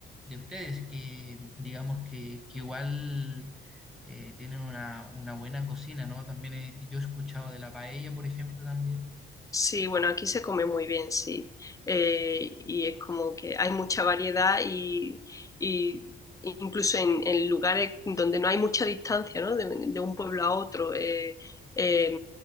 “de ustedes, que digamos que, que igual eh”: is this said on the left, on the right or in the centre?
Centre